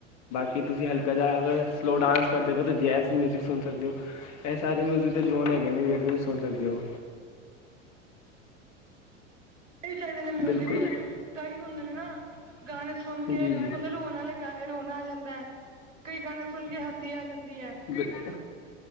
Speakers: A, on the left; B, on the right.
A: ਕਿ ਤੁਸੀਂ ਹਲਕਾ ਜਿਹਾ, ਅਗਰ ਸਲੋ ਡਾਂਸ ਕਰਦੇ ਪਏ ਤਾਂ ਜੈਜ਼ ਮਿਊਜ਼ਿਕ ਸੁਣ ਸਕਦੇ ਹੋ। ਇਹ ਸਾਰੇ ਮਿਊਜ਼ਿਕ ਜੋਨ ਹੈਗੇ ਨੇ, ਜਿਹੜੇ ਤੁਸੀਂ ਸੁਣ ਸਕਦੇ ਹੋ।
B: ਵੀ ਚਾਹੀਦੇ ਨੇ ਮਿਊਜਿਕ,
A: ਬਿਲਕੁਲ
B: ਕਈ ਹੁੰਦੇ ਨੇ ਨਾ, ਗਾਣੇ ਸੁਣ ਕੇ
A: ਜੀ ਜੀ
B: ਇਕ ਹੋਣ ਦੇ ਰੋਣ ਵਾਲੇ। ਗਾਣੇ ਰੋਣਾ ਆ ਜਾਂਦਾ ਹੈ, ਕਈ ਗਾਣੇ ਸੁਣ ਕੇ ਹਸੀ ਆ ਜਾਂਦੀ ਹੈ।
A: ਬਿਲੁ <unintelligible>